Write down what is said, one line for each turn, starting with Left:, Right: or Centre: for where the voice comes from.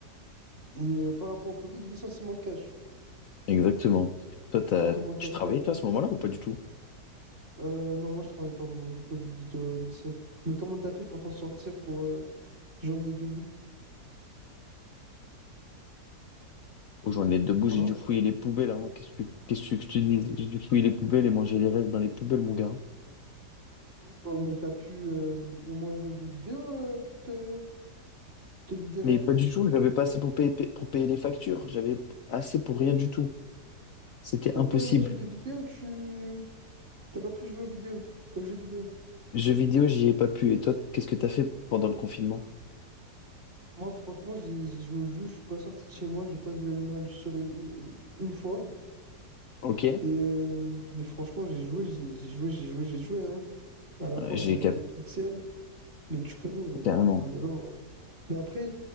Right: Et euh, par rapport au Covid, licenciement cash.
Left: Exactement. Toi, t'as-
Right: Et comment t'as
Left: tu travaillais,
Right: fait?
Left: toi, à ce moment-là, ou pas du tout?
Right: Euh, non, moi, je travaillais pas au moment du Covid, j'étais au lycée. Mais comment t'as fait pour t'en sortir, pour euh, joindre les deux bouts?
Left: Oh, j'en ai deux bouts,
Right: Hein
Left: j'ai dû fouiller les poubelles. hein. Qu'est-ce que, qu'est-ce que je te dis? J'ai dû fouiller les poubelles et manger les restes dans les poubelles, mon gars.
Right: Oh, mais t'as pu euh, au moins jouer aux jeux vidéo euh, pour te, te vider la
Left: Mais
Right: tête?
Left: pas du tout, j'avais pas assez pour payer, pour payer les factures. J'avais assez pour rien du tout. C'était
Right: Donc
Left: impossible.
Right: même les jeux de vidéo, tu t'as pas pu jouer aux vidéos, aux jeux vidéo.
Left: Jeux vidéo, j'y ai pas pu. Et toi, qu'est-ce que t'as fait pendant le confinement?
Right: Moi, franchement, j'ai j'ai joué au jeu, je suis pas sorti de chez moi, j'ai pas vu la lumière du soleil une, une fois.
Left: Ok,
Right: Et, euh, et franchement, j'ai joué, j'ai j'ai joué, j'ai joué, j'ai joué, hein. À la
Left: Euh,
Right: fin,
Left: j'ai
Right: je voyais
Left: ca-
Right: des pixels, mais tu connais,
Left: carrément.
Right: on est là. Mais après,